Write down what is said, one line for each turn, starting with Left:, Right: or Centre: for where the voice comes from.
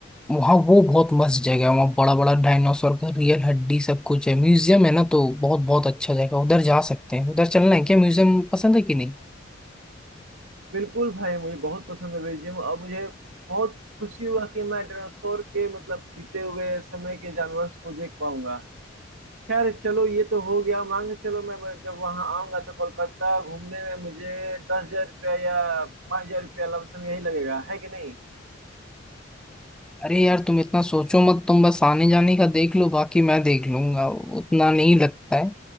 Centre: वहाँ वो बहुत मस्त जगह है वहाँ बड़ा बड़ा डायनासोर का रियल हड्डी सब कुछ है म्यूजियम है ना तो बहुत बहुत अच्छा जगह उधर जा सकते हैं उधर चलना है क्या म्यूजियम पसंद है कि नहीं
Right: बिल्कुल भाई मुझे बहुत पसंद है म्यूजियम और मुझे बहुत खुशी हुआ कि मैं डायनासोर के मतलब बीते हुए समय के जानवर को देख पाऊंगा खैर चलो ये तो हो गया मान के चलो मैं जब वहाँ आऊंगा तो कोलकाता घूमने में मुझे दस हजार रुपया या पाँच हजार रुपया लमसम यही लगेगा है कि नहीं
Centre: अरे यार तुम इतना सोचो मत तुम बस आने जाने का देख लो बाकी मैं देख लूंगा उतना नहीं लगता है